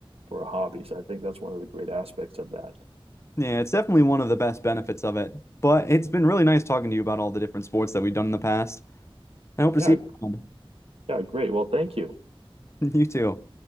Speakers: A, on the right (about 85°); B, on the left (about 30°).
A: for a hobby. So I think that's one of the great aspects of that.
B: Yeah, it's definitely one of the best benefits of it. But it's been really nice talking to you about all the different sports that we've done in the past. I hope to
A: Yeah,
B: see you around.
A: yeah, great. Well, thank you.
B: <laughs> You too.